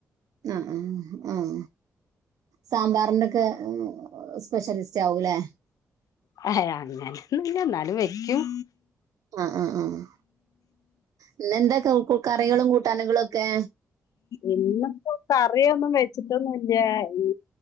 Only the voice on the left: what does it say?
ഹ ആങ്ങാണ് ഇല്ല എ എന്നാലും വെക്കും
ഇന്നിപ്പോ കറിയൊന്നും വെച്ചിട്ടൊന്നും ഇല്ല ഈ